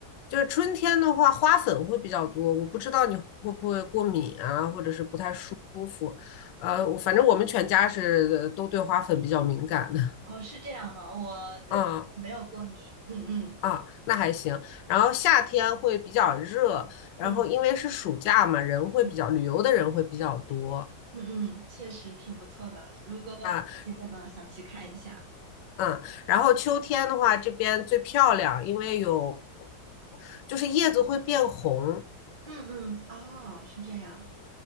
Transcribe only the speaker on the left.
就是春天的话，花粉会比较多，我不知道你会不会过敏啊，或者是不太舒服。呃，我反正我们全家是都对花粉比较敏感的。<laughs>
嗯
啊，那还行。然后夏天会比较热，然后因为是暑假嘛，
人会比较旅游的人会比较多
啊。
嗯，然后秋天的话，这边最漂亮，因为有就是叶子会变红，